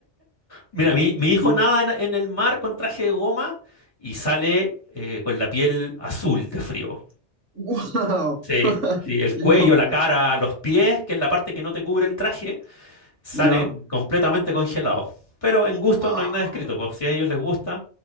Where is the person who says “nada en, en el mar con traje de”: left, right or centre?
Left